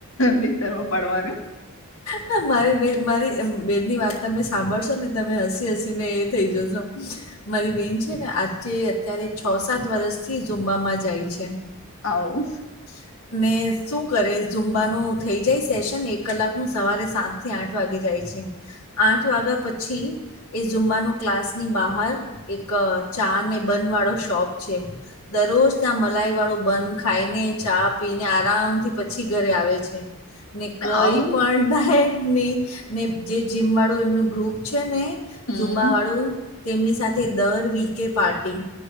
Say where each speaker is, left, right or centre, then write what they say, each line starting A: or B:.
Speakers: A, on the left; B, on the left.
A: બિસ્તારમાં પડવાનું.
B: હ મારી બે મારી બેનની વાત તમે સાંભળશો ને તમે હસી હસી ને એ થઈ જશો. મારી બેન છે ને આજે અત્યારે છ સાત વરષ થી ઝુમબામાં જાય છે.
A: આવ.
B: <inaudible> ને શું કરે ઝુંમબાનું થઈ જાય સેશન એક કલાકનું સવારે સાતથી આઠ વાગે જાય છે. આઠ વાગ્યા પ. પછી એ ઝુંમ્બાનું ક્લાસની બહાર એક ચા ને બન વાળો શોપ. દરરોજ ત્યાં મલાઈ વાળો બંન ખાઈને ચા પીને. આરામથી પછી ઘરે આવે છે ને કઈ
A: આવું
B: પણ ડાયટ નહી. ને જે જીમ વાળું એમનું ગ્રુપ છે ને
A: હમ
B: ઝુમબા વાળું. તેમની સાથે દર વીકે પાર્ટી,